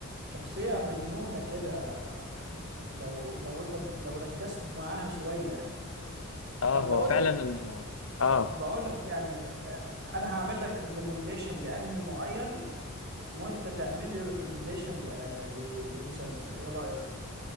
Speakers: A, on the right (about 50°); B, on the left (about 70°).
A: شخصية مجنونة كده لو لو انت لو ركزت معاها شوية يعني.
B: اه
A: طب
B: هو
A: بقول
B: فعلا
A: لك
B: إن- اه
A: بقول لك يعني آه، انا هعمل لك ريكومنديشن لانمي معين وانت تعمل لي ريكومنديشن لمسلسل ايه رايك